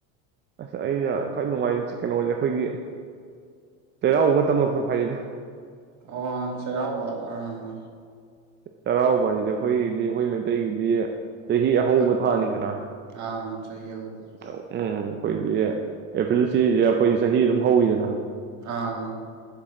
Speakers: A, on the right; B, on the right.
A: ꯑꯁ ꯑꯩꯅ ꯈ꯭ꯋꯥꯏ ꯅꯨꯡꯉꯥꯏꯖ ꯀꯩꯅꯣꯁꯦ ꯑꯩꯈꯣꯏꯒꯤ ꯆꯩꯔꯥꯎꯕ ꯃꯇꯝꯗ ꯐꯩꯗ
B: ꯑꯣ ꯆꯔꯥꯎꯕ ꯑꯥ
A: ꯆꯩꯔꯥꯎꯕꯁꯤꯗꯤ ꯑꯩꯈꯣꯏꯒꯤꯗꯤ ꯑꯩꯈꯣꯏ ꯃꯩꯇꯩꯒꯤꯗꯤ ꯆꯍꯤ ꯑꯍꯧꯕ
B: ꯍꯣꯏ
A: ꯊꯥꯅꯤꯗꯅ
B: ꯑꯥ ꯆꯍꯤ ꯍꯧꯕ
A: ꯎꯝ ꯑꯩꯈꯣꯏꯒꯤ ꯑꯦꯄ꯭ꯔꯤꯜꯁꯤꯁꯦ ꯑꯩꯈꯣꯏꯗꯤ ꯆꯍꯤ ꯑꯗꯨꯝ ꯍꯧꯋꯤꯗꯅ
B: ꯑꯥ